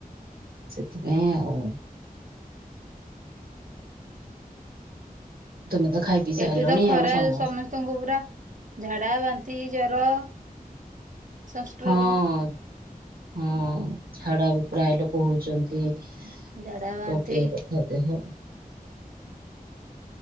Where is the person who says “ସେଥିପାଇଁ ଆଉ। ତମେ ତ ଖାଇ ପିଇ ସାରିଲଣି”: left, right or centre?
Right